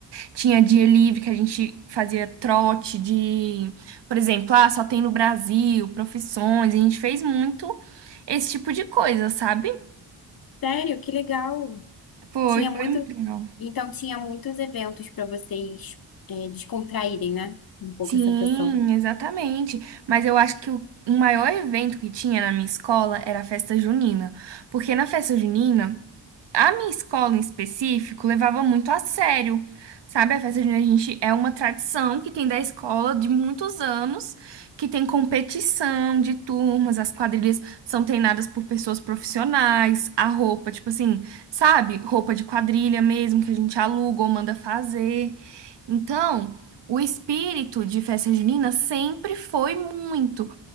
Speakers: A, on the right (about 65°); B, on the left (about 50°).
A: Tinha dia livre que a gente fazia trote de, por exemplo, ah, só tem no Brasil, profissões. A gente fez muito esse tipo de coisa, sabe?
B: Sério, que legal.
A: Foi,
B: Tinha
A: foi
B: muito,
A: muito legal.
B: então tinha muitos eventos para vocês é, descontraírem, né? Um pouco
A: Sim,
B: essa pressão.
A: exatamente. Mas eu acho que o o maior evento que tinha na minha escola era a festa junina. Porque na festa junina A minha escola em específico levava muito a sério, sabe? A festa junina a gente é uma tradição que tem da escola de muitos anos, que tem competição de turmas, as quadrilhas são treinadas por pessoas profissionais, a roupa, tipo assim, sabe? Roupa de quadrilha mesmo que a gente aluga ou manda fazer. Então, o espírito de festa junina sempre foi muito